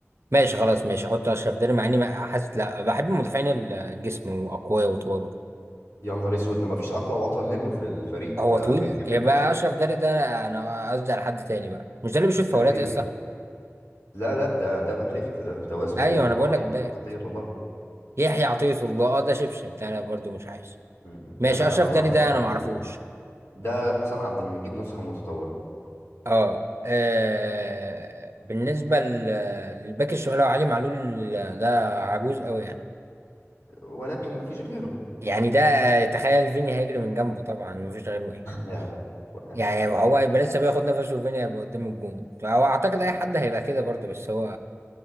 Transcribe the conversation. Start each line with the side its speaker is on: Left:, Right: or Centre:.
Right: ماشي خلاص ماشي احط اشرف داري مع اني ما- حاسس لا بحب المدافعين الجسم واقوياء وطوال وكده
Left: يا نهار اسود ده مفيش اقوى واطول منه في الفريق
Right: هو
Left: ده
Right: طويل
Left: من 2
Right: يبقى
Left: متر
Right: اشرف داري ده انا قصدي على حد تاني بقى مش ده اللي بيشوط فاولات
Left: تقريبا
Right: يا اسطى
Left: لا لا ده ده باك ليفت ده انت واسمه
Right: ايوه انا بقول لك
Left: يحيى
Right: بات
Left: عطية الله
Right: يحيى عطية الله اه ده شبشب ده انا برضو مش عايز
Left: م- م.
Right: ماشي
Left: انا
Right: اشرف
Left: انا
Right: داري
Left: ارجح
Right: ده انا
Left: علي
Right: ما
Left: معلول
Right: اعرفوش
Left: ده حسام عبد المجيد نسخة متطورة
Right: اه آه، بالنسبه ل- للباك الشمال هو علي معلول ده عجوز قوي يعني
Left: ولكن مفيش غيره
Right: يعني ده آه، تخيل فيني هيجري من جنبه طبعا مفيش غيره ايه
Left: يا- يعني
Right: يعني هو هيبقى لسه بياخد نفسه وفيني هيبقى قدام الجون هو اعتقد
Left: تمام،
Right: اي حد
Left: تمام.
Right: هيبقى كده برضه بس هو